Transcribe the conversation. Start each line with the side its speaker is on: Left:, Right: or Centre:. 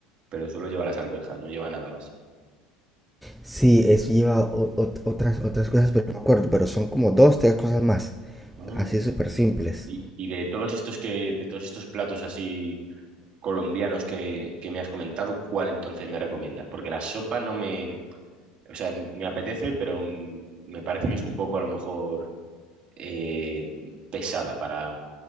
Right: pero solo lleva las alberjas, no lleva nada más.
Centre: Sí, eso lleva o- o- otras, otras cosas, pero no me acuerdo, pero son como dos, tres cosas más.
Right: Anda.
Centre: Así súper simples.
Right: Y, y de todos estos que, de todos estos platos así colombianos que, que me has comentado, ¿cuál entonces me recomiendas? Porque la sopa no me, o sea, me apetece, pero mm, me parece que es un poco a lo mejor. eh, pesada para,